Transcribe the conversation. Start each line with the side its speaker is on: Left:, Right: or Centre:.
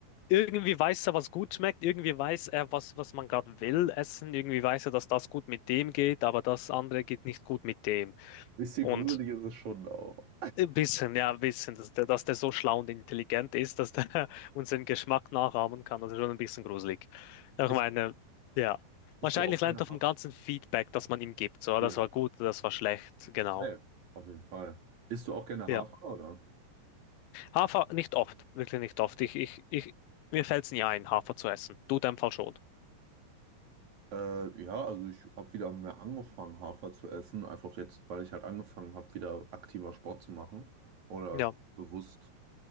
Left: irgendwie weiß er, was gut schmeckt, irgendwie weiß er, was, was man gerade will essen, irgendwie weiß er, dass das gut mit dem geht, aber das andere geht nicht gut mit dem.
Right: Bisschen
Left: Und
Right: gruselig ist es schon auch.
Left: ein bisschen, ja, ein bisschen, dass der, dass der so schlau und intelligent ist, dass der <laughs> unseren Geschmack nachahmen kann, das ist schon ein bisschen gruselig. Ich
Right: Isst,
Left: meine, ja.
Right: isst
Left: Wahrscheinlich
Right: du auch gerne
Left: lernt er
Right: Hafer?
Left: vom ganzen Feedback, das man ihm gibt. So,
Right: Ja,
Left: das war gut, das war schlecht, genau.
Right: safe, auf jeden Fall. Isst du auch gerne
Left: Ja.
Right: Hafer, oder?
Left: Hafer nicht oft, wirklich nicht oft. Ich, ich, ich, mir fällt es nie ein, Hafer zu essen. Du in deinem Fall schon.
Right: Äh, ja, also ich habe wieder mehr angefangen, Hafer zu essen. Einfach jetzt, weil ich halt angefangen habe, wieder aktiver Sport zu machen oder
Left: Ja,
Right: bewusst